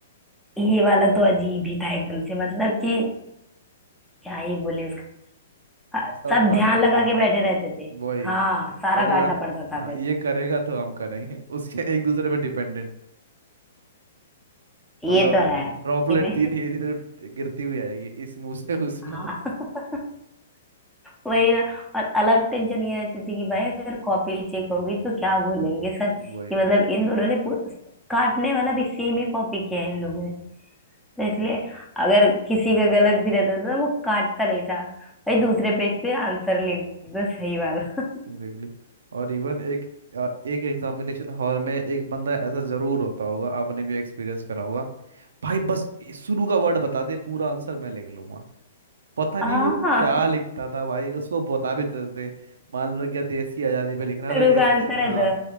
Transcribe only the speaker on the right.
सब
काट
रहे
वरना
वही
अगला
क-
हाँ
ये करेगा तो हम करेंगे उसके एक दूसरे पे डिपेंडेंट
मतलब
ड्रॉपलेट
थी धीरे धीरे गिरती हुई आएगी इस मुंह से उस मुंह
वही
वही
एग्जैक्टली और इवन एक अ, एक एग्जामिनेशन हॉल में एक बंदा ऐसा जरूर होता होगा आपने भी एक्सपीरियंस करा होगा भाई बस ये शुरू का वर्ड बता दे पूरा आंसर मैं लिख लूंगा पता नहीं
वो क्या लिखता था भाई उसको बता भी तो देते थे मान लो क्या देश की आज़ादी पे लिखना अरे
देश
हाँ